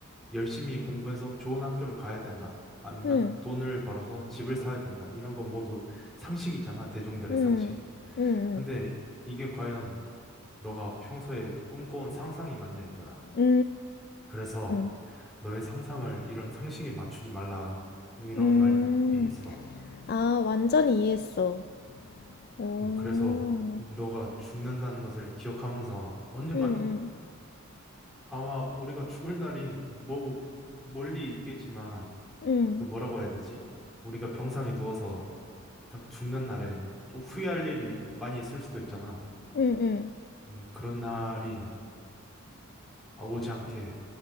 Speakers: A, in the centre; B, on the left.
A: 열심히 공부해서 좋은 학교를 가야 된다. 아니면
B: 응,
A: 돈을 벌어서 집을 사야 된다. 이런 건 모두 상식이잖아. 대중들의
B: 응,
A: 상식.
B: 응,
A: 근데 이게 과연 너가 평소에 꿈꿔온 상상이 맞냐 이거야.
B: 응.
A: 그래서
B: 음,
A: 너의 상상을 이런 상식에 맞추지 말라. 이런
B: 음.
A: 말이 있어.
B: 아, 완전히 이해했어. 오,
A: 음, 그래서 너가 죽는다는 것을 기억하면서 언젠가
B: 응, 응,
A: 아마 우리가 죽을 날이 뭐 멀리 있겠지만
B: 응,
A: 그 뭐라고 해야 되지? 우리가 병상에 누워서 딱 죽는 날에 좀 후회할 일이 많이 있을 수도 있잖아.
B: 응,
A: 음, 그런 날이 오지 않게